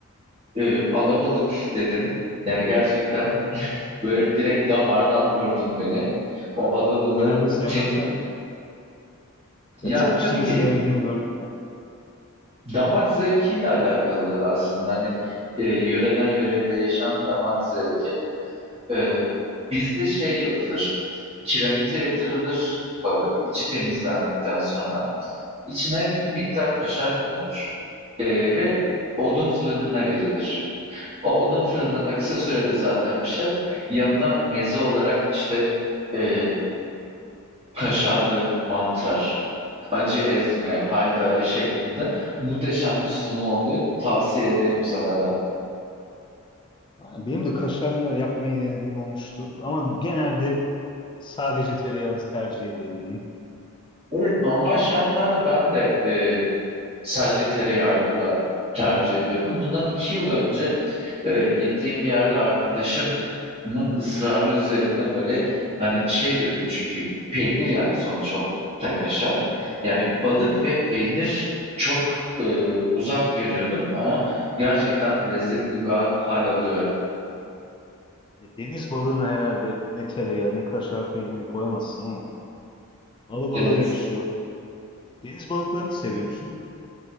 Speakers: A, on the right (about 25°); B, on the left (about 20°).
A: Ee, alabalık dedin. Yani gerçekten <laughs> böyle direkt damardan vurdun beni. O
B: Hadi
A: alabalığı
B: be. Genelde sevmezler
A: kim...
B: ya. Ya
A: Ya
B: çok
A: tabii
B: kişinin
A: ki
B: sevmediğini gördüm ya.
A: damak zevkiyle alakalı aslında. Hani e, yöreden yöreye değişen damak zevki. Ee, bizde şey yapılır. Kiremite yatırılır balık içi temizlendikten sonra. İçine hep bir miktar kaşar konulur. Ee, ve
B: Hmm.
A: odun fırınına verilir. O odun fırınında kısa sürede zaten pişer. Yanına meze olarak işte eee, kaşarlı mantar, acı ezme, haydari şeklinde muhteşem bir sunumu oluyor. Tavsiye ederim sana da.
B: Ha, Benim de kaşarla yapmayı denediğim olmuştu. Ama genelde sadece tereyağını tercih ediyorum diyeyim.
A: Evet, normal şartlarda ben de eee Sadece tereyağıyla tercih ediyordum. Bundan 2 yıl önce, eee, gittiğim bir yerde arkadaşımın ısrarı üzerine, böyle, hani, şey diyordum çünkü peynir, yani, sonuç olarak da kaşar.
B: Yani
A: Yani, balık ve peynir çok, ııı, uzak görüyordum ama gerçekten lezzetli bir ha hâl alıyor.
B: Ya Deniz balığına herhalde ne tereyağı ne kaşar peyniri koyamazsın ama alabalığa
A: Evet.
B: yakışıyor. Deniz balıklarını seviyor musun?